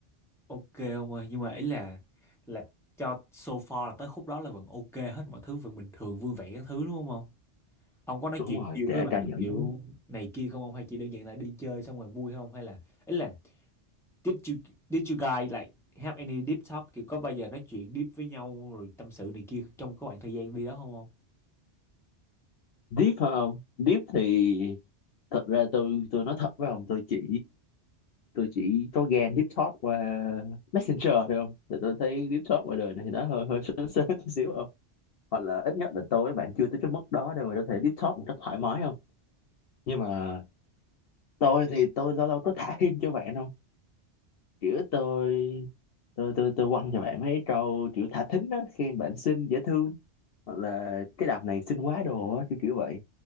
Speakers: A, in the centre; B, on the left.
A: Ok ông ơi, nhưng mà ý là là cho so far là tới khúc đó là vẫn ok hết mọi thứ vẫn bình thường vui vẻ các thứ đúng không ông? Ông có nói
B: đúng
A: chuyện
B: rồi
A: nhiều
B: kể
A: với bạn
B: cả những
A: kiểu này kia không ông hay chỉ đơn giản là đi chơi xong rồi vui không hay là ý là did you did you guys like have any deep talk kiểu có bao giờ nói chuyện deep với nhau rồi tâm sự này kia trong cái khoảng thời gian đi đó không ông?
B: deep phải không deep thì thật ra tôi tôi nói thật với ông tôi chỉ tôi chỉ có ghen deep talk qua messenger thôi không thì tôi thấy deep talk ngoài đời này thì nó hơi hơi sớm sớm <laughs> chút xíu không hoặc là ít nhất là tôi với bạn chưa tới cái mức đó đâu mà có thể deep talk một cách thoải mái không nhưng mà tôi thì tôi lâu lâu có thả hint cho bạn không kiểu tôi tôi tôi tôi quăng cho bạn mấy câu kiểu thả thính á khen bạn xinh dễ thương hoặc là cái đọc này xinh quá đồ á kiểu kiểu vậy